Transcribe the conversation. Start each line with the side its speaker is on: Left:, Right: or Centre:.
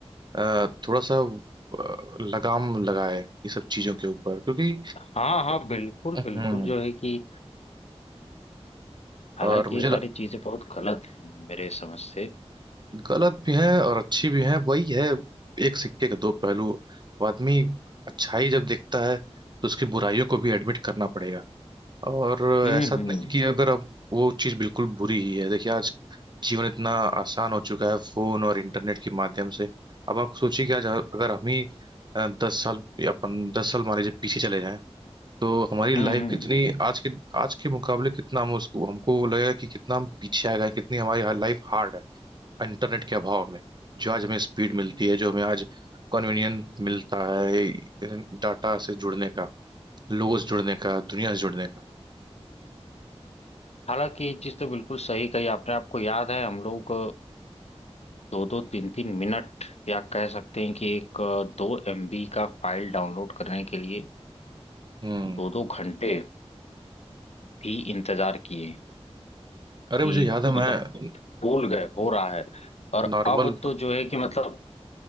Right: अ, थोड़ा सा अ, लगाम लगाए ये सब चीजों के ऊपर क्योंकि
Left: हाँ हाँ बिल्कुल बिल्कुल
Right: हम्म
Left: जो है कि हालांकि
Right: और मुझे
Left: ये सारी
Right: लग,
Left: चीजें बहुत गलत हैं मेरे समझ से
Right: गलत भी है और अच्छी भी है वही है एक सिक्के के दो पहलू वो आदमी अच्छाई जब देखता है तो उसकी बुराइयों को भी एडमिट करना पड़ेगा और
Left: हम्म
Right: ऐसा तो
Left: हम्म
Right: नहीं कि अगर अब वो चीज़ बिल्कुल बुरी ही है देखिए आज जीवन इतना आसान हो चुका है फोन और इंटरनेट के माध्यम से अब आप सोचिए कि आज अगर हम ही अ, दस साल या पन दस साल मान लीजिए पीछे चले जाएं तो हमारी लाइफ
Left: हम्म हम्म
Right: कितनी आज के आज के मुकाबले कितना हम उसको हमको लगेगा कि कितना हम पीछे आ गए कितनी हमारी लाइफ हार्ड है इंटरनेट के अभाव में जो आज हमें स्पीड मिलती है जो हमें आज कन्वीनियंट मिलता है डाटा से जुड़ने का लोगों से जुड़ने का दुनिया से जुड़ने का
Left: हालांकि ये चीज तो बिल्कुल सही कही आपने आपको याद है हम लोग दो दो तीन तीन मिनट या कह सकते हैं कि एक अ, दो एमबी का फाइल डाउनलोड करने के लिए
Right: हम्म
Left: दो दो घंटे भी इंतजार किए
Right: अरे
Left: कि
Right: मुझे याद है मैं
Left: मतलब भूल गए हो रहा है और
Right: नॉर्मल
Left: अब तो जो है कि मतलब